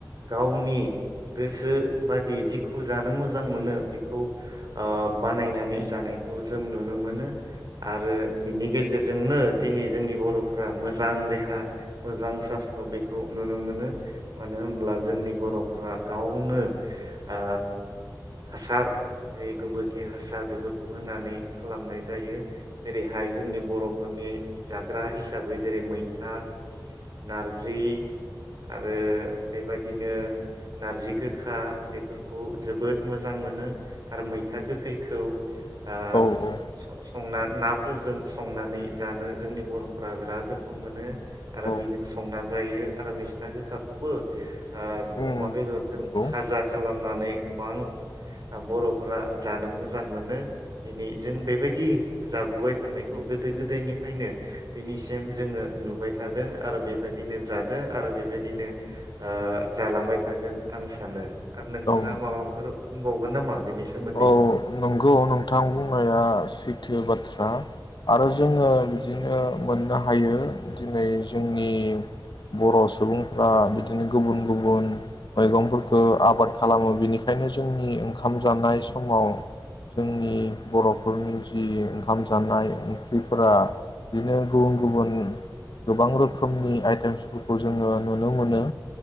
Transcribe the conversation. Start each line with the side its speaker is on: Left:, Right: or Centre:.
Right: गाव नि गोसो बादि जिखौ जानो मोजां मोनो बेखौ ओ बानायनानै जानायखौ जों नुनो मोनो। आरो बिनि गेजेरजो जोंनो दिनै जोंनि बर'फ्रा मोजां देहा मोजां सास्थ्र बेखौ नुनो मोनो मानो होनब्ला जोंनि बर'फ्रा गावनो ओ हासार जेरै गोबोरखि हासार बेफोरखौ होनानै खालामनाय जायो जेरैहाय जोंनि बर'फोरनि जाग्रा हिसाबै जेरै मैथा, नारजि। आरो बेबादिनो। नारजि गोखा बेफोरखौ जोबोद मोजां मोनो आरो मैथा गोखैखौ। ओ
Left: औ औ।
Right: संना नाफोरजों संनानै जानो जोंनि बर'फ्रा बिराद गोथाव मोनो आरो
Left: औ
Right: बेजों संना जायो आरो मिस्था गोखाखौबो ओ
Left: औ
Right: अमा बेदरजों
Left: नंगौ
Right: फाजा खालामनानै गोबां बर'फ्रा जानो मोजां मोनो दिनै जों बेबायदि जाबोबाय थानायखौ गोदो गोदायनिफ्रायनो दिनैसिम जोङो नुबाय थादों आरो बेबायदिनो जादो आरो बेबायदिनो ओ जालांबाय थागोन आं सानो। आरो नोंथाङा
Left: औ नंगौ
Right: माबाफोर बु बावगोन नामा बेनि सोमोन्दै?
Left: औ नंगौ नोंथां बुंनाया सैथो बाथ्रा आरो जोङो बिदिनो मोननो हायो दिनै जोंनि बर' सुबुंफ्रा बिदिनो गुबुन गुबुन मैगंफोरखो आबाद खालामो बिनिखायनो जोंनि ओंखाम जानाय समाव जोंनि बर'फोरनि जि ओंखाम जानाय ओंख्रिफोरा बिदिनो गुबुन गुबुन गोबां रोखोमनि आइटेमसफोरखौ जोङो नुनो मोनो।